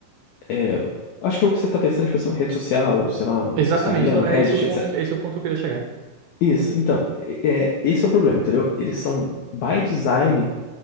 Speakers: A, on the left; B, on the right.
A: é, acho que é o que você tá pensando, tipo assim, uma rede social, sei lá, um
B: Exatamente,
A: Instagram,
B: não, é
A: Reddit,
B: esse o ponto,
A: etc.
B: é esse o ponto que eu queria chegar.
A: Isso, então, é, é- esse é o problema, entendeu? Eles são, by design,